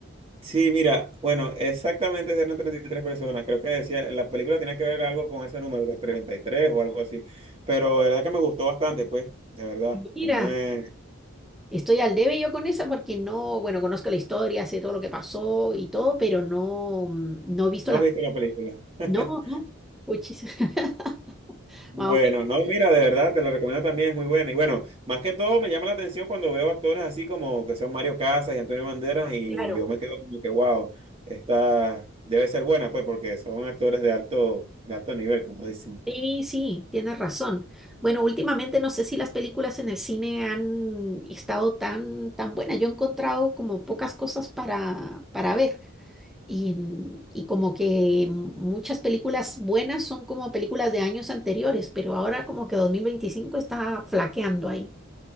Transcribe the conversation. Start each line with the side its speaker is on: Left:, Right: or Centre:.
Right: Sí, mira, bueno, exactamente eran 33 personas. Creo que decía, la película tenía que ver algo con ese número, los 33 o algo así. Pero de verdad que me gustó bastante, pues, de verdad.
Centre: Mira,
Right: Una- eh,
Centre: Estoy al debe yo con esa porque no, bueno, conozco la historia, sé todo lo que pasó y todo, pero no, mm, no he visto
Right: ¿No
Centre: la...
Right: has visto
Centre: pe-
Right: la película? <laughs>
Centre: No, no, puchis. <laughs>
Right: Bueno,
Centre: Más o menos,
Right: no, mira, de verdad, te lo recomiendo también, es muy buena. Y bueno, más que todo me llama la atención cuando veo actores así como que son Mario Casas y Antonio Banderas y
Centre: claro.
Right: yo me quedo como que, wow, esta debe ser buena, pues, porque son actores de alto, de alto nivel, como dicen.
Centre: Sí, sí, tienes razón. Bueno, últimamente no sé si las películas en el cine han estado tan, tan buenas. Yo he encontrado como pocas cosas para, para ver. Y, mm, y como que muchas películas buenas son como películas de años anteriores, pero ahora como que 2025 está flaqueando ahí.